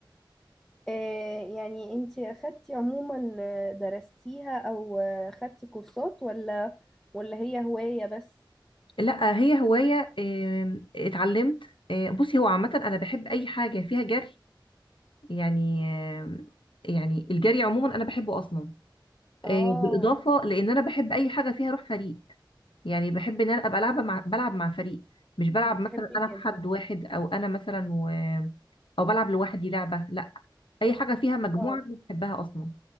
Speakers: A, in the centre; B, on the left.
A: آه يعني انت أخدتي عموما آه، درستيها أو آه، أخدتي كورسات ولا ولا هي هواية بس؟
B: لا هي هواية آم، اتعلمت آه، بصي هو عامة انا بحب اي حاجة فيها جري يعني آم، يعني الجري عموما انا بحبه اصلا آه،
A: اه
B: بالاضافة لان انا بحب اي حاجة فيها روح فريق يعني بحب ان انا ابقى لعبه مع بلعب مع فريق مش بلعب
A: بتحبي
B: مثلا انا في
A: كده
B: حد واحد او انا مثلا و... او بلعب لوحدي لعبه لا اي حاجه فيها مجموعه
A: اه
B: انا بحبها اصلا